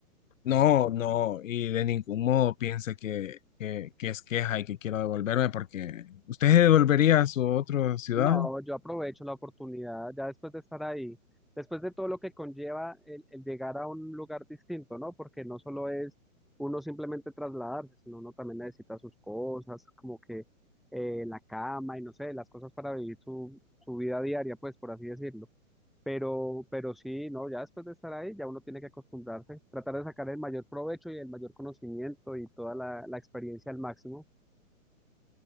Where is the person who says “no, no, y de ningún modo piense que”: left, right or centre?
Left